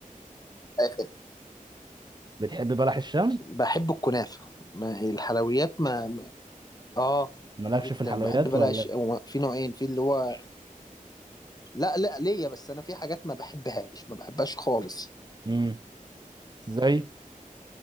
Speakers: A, on the left (about 25°); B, on the right (about 30°).
A: آه،
B: بتحب بلح الشام
A: بحب الكنافه ما- الحلويات ما ما- اه
B: مالكش
A: جدا
B: في الحلويات
A: بحب بلاش
B: ولا
A: هو في نوعين في اللي هو لا لا ليا بس انا في حاجات ما بحبهاش ما بحبهاش خالص
B: امم ازاي